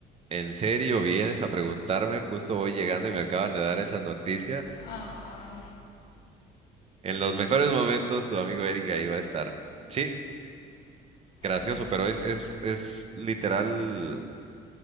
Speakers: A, on the right; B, on the left.
A: ¿en serio vienes a preguntarme? Justo voy llegando y me acaban de dar esa noticia.
B: Ah,
A: En los mejores momentos, tu amigo Eric ahí va a estar. Sí, gracioso,
B: no inventes.
A: pero es, es, es literal,